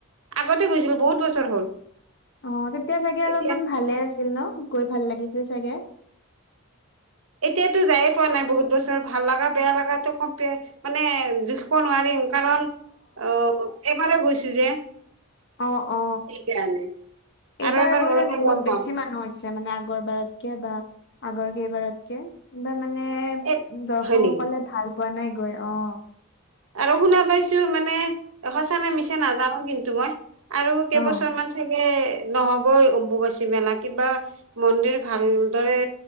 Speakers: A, on the right; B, on the left.
A: আগতে গৈছিলো বহুত বছ হ'ল
B: অ তেতিয়া চাগে অলপমান
A: এতিয়া
B: ভালে আছিল ন গৈ ভাল লাগিছিল চাগে
A: এতিয়াতো যায়ে পোৱা নাই বহুত বছৰ ভাল লগা বেয়া লগা কম্পেয়াৰ মানে জুখিব নোৱাৰিম কাৰণ অ এবাৰ গৈছো যে
B: অ অ
A: সেইকাৰণে
B: এইবাৰ
A: আৰু এবাৰ
B: বোলে
A: গ'লে
B: বহুত
A: গম
B: বেছি
A: পাম
B: মানুহ হৈছে মানে আগৰ বাৰতকে বা আগৰ কেইবাৰতকে কিবা মানে
A: এ
B: দৰ্শকসকলে
A: হয় নেকি
B: ভাল পোৱা নাই গৈ অ
A: আৰু শুনা পাইছো মানে সঁচা নে মিছা নাজানো কিন্তু মই আৰু কেইবছৰ
B: অ
A: মান চাগে নহবই অম্বুবাচী মেলা কিবা মন্দিৰ ভালদৰে